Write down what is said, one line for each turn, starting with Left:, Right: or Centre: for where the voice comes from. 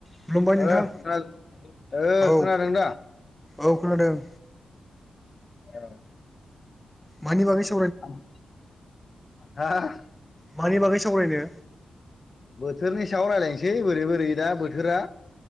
Centre: खुलुमबाय नोंथां
Left: ओ खोनादो ओ
Centre: औ
Left: खोनादों दा?
Centre: औ खोनादों।
Left: औ
Centre: मानि बागै सो
Left: <unintelligible> हा
Centre: मानि बागै सावरायनो?
Left: बोथोरनि सायाव रायलायनोसै बोरै बोरै दा बोथोरा?